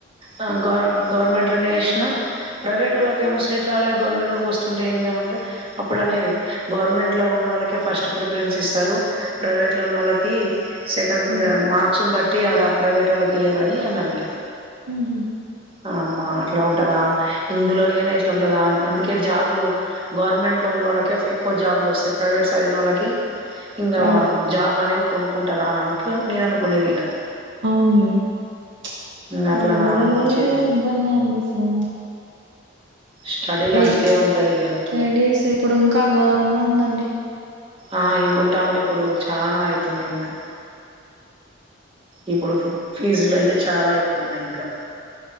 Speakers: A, on the right (about 25°); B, on the right (about 60°).
A: ఆ గవర్ గవర్నమెంట్లనే చేసిన ప్రైవేట్ వాళ్లకు ఏమో సీట్ రాలేదు గవర్నమెంట్ వాళ్లకు సీట్ వస్తుంటే ఏంది అనుకుంటే అప్పుడు అనేది గవర్నమెంట్ లో ఉన్న వాళ్ళకి ఫస్ట్ ప్రిఫరెన్ ఇస్తారు ప్రైవేట్లో ఉన్న వాళ్ళకి సెకండ్ ప్రిపేర్
B: ఇగ
A: మర్క్స్ ని బట్టి టి ఆడా ప్రైవేట్ వాలకి ఇయరు అని అన్నర్ ఇంగ
B: ఉహు
A: అమ్మా అట్లా ఉంటదా ఇందులో ఇగనా ఎట్లా ఉంటదో అ అందుకే జాబులు గవర్నమెంట్ లో ఉన్నళ్ళే ఎక్కువ జాబ్ లు వస్తయి ప్రైవేటు చదివిన వాళ్ళకి ఇంకా
B: డై
A: జాబ్ అనేది కొనుక్కుంటే రాదు అన్నట్టు నేను అనుకునేది ఇక
B: అవునులే చ్
A: ఇంగ
B: కాలే
A: అట్లనా అనిపిచ్చేది
B: మస్తాన్ పిస్తోంది
A: స్టడీలు
B: ఎది
A: అంతే ఉంటది ఇగ
B: లేడీస్ ఇప్పుడు ఇంకా ఘోరంగా ఉందండి
A: ఆ ఇంకంటా ఉంటే ఇప్పుడు చనా అయితున్నాయి ఇంకా ఇప్పుడు ఫీజులు అయితే చాలా ఎక్కువ ఉన్నాయి ఇంకా